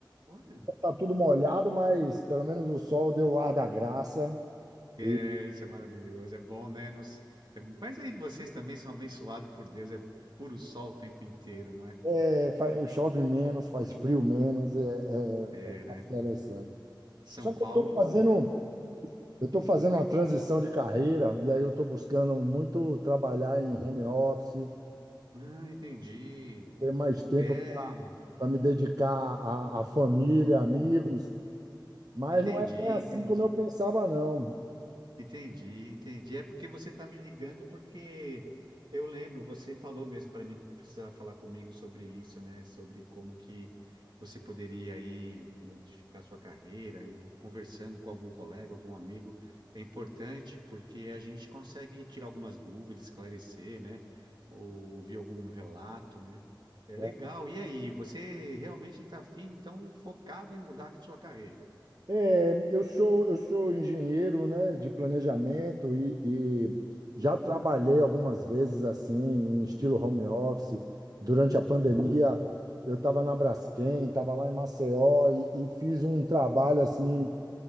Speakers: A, on the right; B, on the right.
A: Olha,
B: Tá tudo molhado, mas pelo menos o sol deu o ar da graça.
A: é,
B: E
A: isso é maravilhoso, é bom, né? Nos- é- mas aí vocês também são abençoados por Deus, é puro sol o tempo inteiro, não é?
B: é, fa- chove menos, faz frio menos, é, é-
A: É,
B: é mais
A: né?
B: interessante.
A: São
B: Só
A: Paulo,
B: que eu estou fazendo, eu estou fazendo uma transição de carreira e aí eu estou buscando muito trabalhar em home office,
A: ah, entendi.
B: ter mais tempo
A: É,
B: para me dedicar à, à família, amigos, mas
A: entendi,
B: não é bem assim
A: entendi.
B: como eu pensava, não.
A: Entendi, entendi. É porque você está me ligando porque eu lembro, você falou mesmo para mim que precisava falar comigo sobre isso, né? Sobre como que você poderia aí modificar sua carreira e conversando com algum colega, algum amigo, é importante porque a gente consegue tirar algumas dúvidas, esclarecer, né? Ou ouvir algum relato, né? É legal.
B: né?
A: E aí, você realmente está afim, então, focado em mudar a sua carreira?
B: É, eu sou, eu sou engenheiro, né, de planejamento e, e já trabalhei algumas vezes assim, em estilo home office. Durante a pandemia, eu estava na Braskem, estava lá em Maceió e, e fiz um trabalho assim